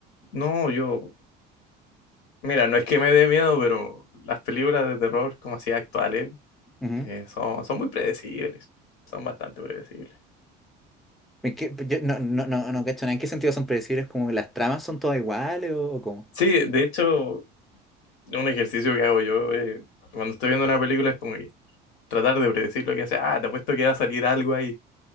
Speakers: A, on the left; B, in the centre.
A: No, yo, mira, no es que me dé miedo, pero las películas de terror como así actuales
B: Ujú.
A: eh, son, son muy predecibles. Son bastante predecibles.
B: Es que yo no, no, no, no, cacho, nada. ¿en qué sentido son predecibles? ¿Como las tramas son todas iguales o, o cómo?
A: Sí, de hecho, un ejercicio que hago yo eh, cuando estoy viendo una película es como que tratar de predecir lo que hace. Ah, te apuesto que va a salir algo ahí.